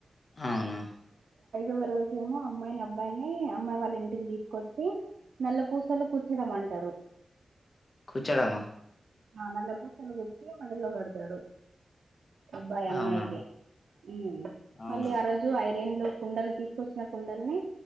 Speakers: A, on the left; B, on the right.
A: ఆ అవునా
B: ఒక రోజే ఏమో అమ్మాయిని అబ్బాయిని అమ్మాయి వాళ్ళ ఇంటికి తీసుకొచ్చి నల్ల పూసలు గుర్చడం అంటారు
A: కుచడమా
B: నల్లపూసలు గుర్చీ మెడలో పెడతావ్ అబ్బాయి అమ్మాయికి
A: అవునా
B: ఉమ్
A: అవునా
B: మళ్ళీ ఆ రోజు ఐరేన్లో కుండలు తీసు కూచిన కుండల్ని